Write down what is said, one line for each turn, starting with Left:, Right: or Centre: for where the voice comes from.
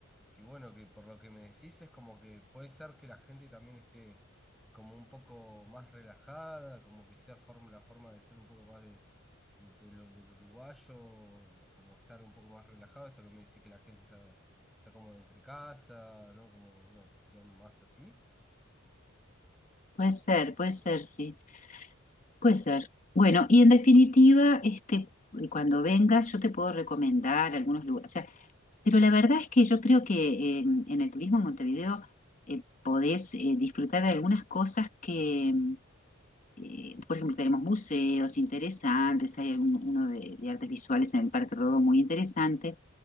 Centre: que bueno, que por lo que me decís es como que puede ser que la gente también esté como un poco más relajada, como que sea forma, la forma de ser un poco más de, de- de lo- del uruguayo, como estar un poco más relajado, esto que me decís que la gente está, está como entre casa, ¿no? Como una cuestión más así.
Left: Puede ser, puede ser, sí, puede ser. Bueno, y en definitiva, este, eh, cuando vengas, yo te puedo recomendar algunos lugares. O sea, pero la verdad es que yo creo que eh, en el turismo en Montevideo eh, podés eh, disfrutar de algunas cosas que em, Eh, por ejemplo, tenemos museos interesantes, hay un- uno de, de artes visuales en el Parque Rodó muy interesante,